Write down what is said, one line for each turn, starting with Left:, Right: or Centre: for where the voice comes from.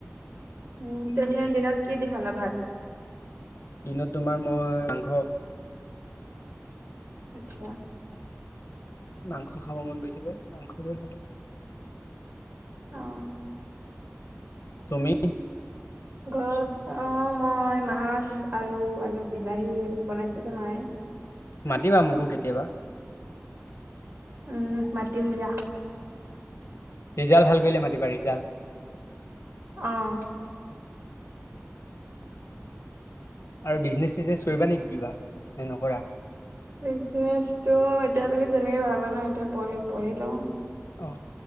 Right: উম তেনে দিনত কি দি খালা ভাত?
Left: দিনত তোমাৰ মই মাংস
Right: আচ্ছা।
Left: মাংস খাব মন গৈছিলে মাংসকে শুধো।
Right: অ
Left: তুমি
Right: ঘৰত অ মই মাছ আৰু আলু বিলাহী বনাই টো মায়ে।
Left: মাতিবা মোকো কেতিয়াবা।
Right: উম মাতিম দিয়া।
Left: ৰিজাল্ট ভাল কৰিলে মাতিবা, ৰিজাল্ট
Right: অহ
Left: আৰু বিজনেছ চিজনেচ কৰিবা নেকি কিবা, নে নকৰা?
Right: বিজনেছটো এতিয়ালৈকে তেনেকে ভাবা নাই এতিয়া পঢি পঢ়ি লওঁ।
Left: অ